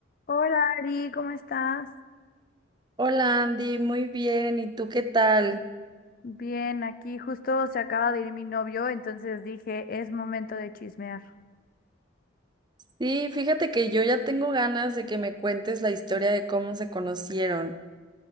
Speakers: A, on the left; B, on the right.
A: Hola Ari, ¿cómo estás?
B: Hola Andy, muy bien. ¿Y tú qué tal?
A: Bien, aquí justo se acaba de ir mi novio, entonces dije, es momento de chismear.
B: Sí, fíjate que yo ya tengo ganas de que me cuentes la historia de cómo se conocieron.